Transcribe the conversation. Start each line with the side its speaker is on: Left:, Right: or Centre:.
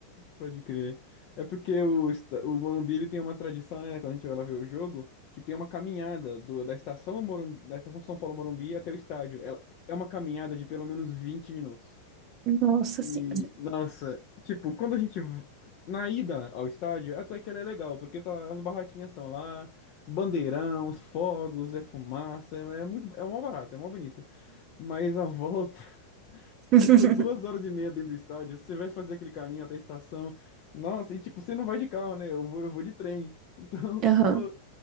Left: Pode crer. É porque o, esta- o Morumbi ele tem uma tradição, né? Quando a gente vai lá ver o jogo, que tem uma caminhada do- da estação Morumbi, da estação São Paulo Morumbi até o estádio. Ela, é uma caminhada de pelo menos 20 minutos.
Right: Nossa
Left: E,
Right: senhora.
Left: nossa, tipo, quando a gente. v- Na ida ao estádio, até que ela é legal, porque tá, as barraquinhas estão lá, bandeirão, os fogos, é fumaça, é, é muito. É mó barato, é mó bonito. Mas a <laughs> volta.
Right: <laughs>
Left: Você ficou duas horas e meia dentro do estádio, você vai fazer aquele caminho até a estação. Nossa, e tipo, você não vai de carro, né? Eu vou, eu vou de trem. <laughs> Então,
Right: Aham.
Left: pô,